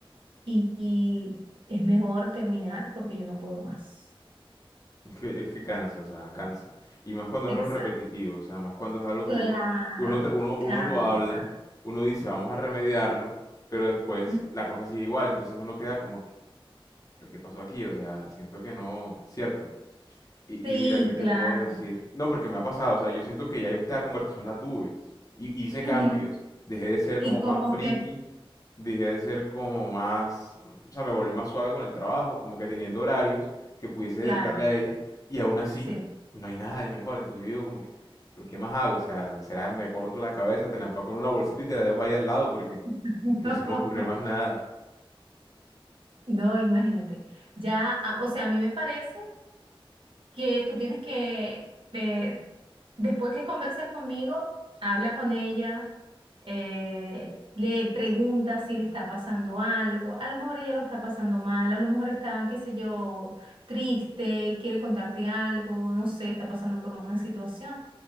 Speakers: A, on the right; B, on the left.
A: y, y es mejor terminar porque yo no puedo más.
B: Es que, es que cansa, o sea, cansa. Y más cuando
A: Exacto.
B: es algo repetitivo, o sea, más cuando es algo
A: Claro,
B: que uno, uno, tra- uno,
A: canta.
B: uno lo habla, uno dice, vamos a remediarlo, pero después
A: Mm,
B: la cosa sigue igual, entonces uno queda como, que, ¿pero qué pasó aquí? O sea, siento que no, cierto. Y,
A: Sí,
B: y mira, ¿qué te
A: claro.
B: puedo decir? No, porque me ha pasado, o sea, yo siento que ya yo esta conversación la tuve. Y hice
A: Ujú.
B: cambios. Dejé de ser
A: Y
B: como
A: como
B: más friki,
A: que,
B: dejé de ser como más, o sea, me volví más suave con el trabajo, como que teniendo horarios que pudiese
A: claro,
B: dedicarle a ella. Y aún así,
A: sí.
B: no hay nada de mejor. Entonces yo digo como que, ¿pero qué más hago? O sea, será me corto la cabeza, te la empaco en una bolsita y te la dejo ahí al lado porque
A: <laughs>
B: no se me ocurre más nada.
A: No, no, imagínate. Ya, ah, o sea, a mí me parece que tú tienes que, eh, después que converses conmigo, habla con ella eh, le pregunta si le está pasando algo, a lo mejor ella lo está pasando mal, a lo mejor está, qué sé yo, triste, quiere contarte algo, no sé, está pasando por una situación.